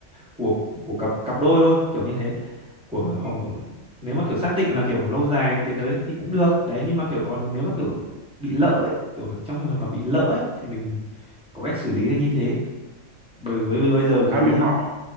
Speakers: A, in the centre; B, on the right.
A: của của cặp cặp đôi thôi kiểu như thế của họ
B: ừ.
A: nếu mà kiểu xác định là kiểu lâu dài tiến tới thì cũng được đấy nhưng mà kiểu còn nếu mà kiểu bị lỡ ấy kiểu trong trường hợp mà bị lỡ ấy thì mình có cách xử lý là như thế bởi với
B: ừ.
A: với bây giờ cái
B: à mình
A: um,
B: hỏi một